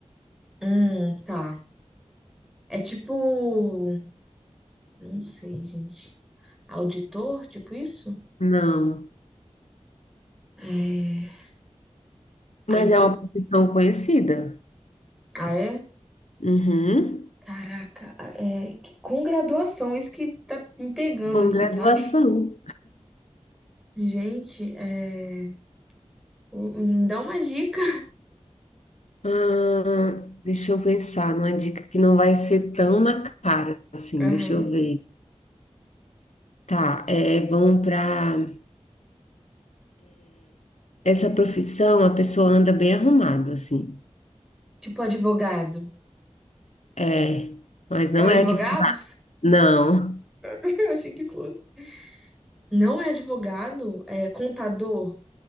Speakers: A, in the centre; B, on the left.
A: Hum, tá. É tipo. Não sei, gente. Auditor, tipo isso?
B: Não,
A: É... A
B: mas
A: empresa.
B: é uma profissão conhecida.
A: Ah, é?
B: Uhum.
A: Caraca, é... que- com graduação, isso que tá me pegando
B: Com
A: aqui,
B: graduação.
A: sabe? Gente, é... me dá uma dica.
B: Ah, deixa eu pensar numa dica que não vai ser tão na cara assim,
A: Aham.
B: deixa eu ver. Tá, é, vão para essa profissão, a pessoa anda bem arrumada, assim.
A: Tipo advogado.
B: É, mas
A: É
B: não
A: o advogado?
B: é advogado. Não.
A: <laughs> Eu achei que fosse. Não é advogado, é contador.